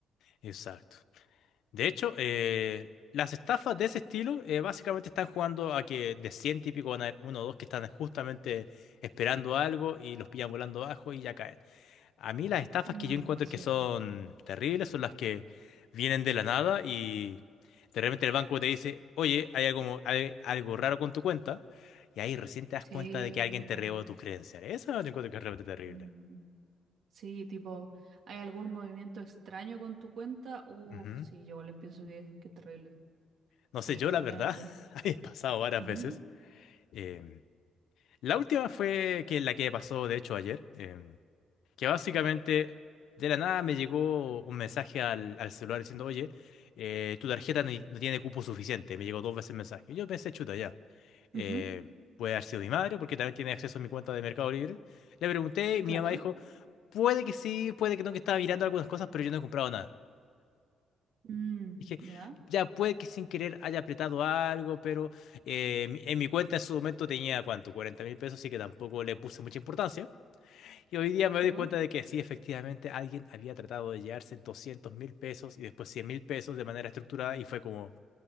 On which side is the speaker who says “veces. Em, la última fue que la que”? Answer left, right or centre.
Left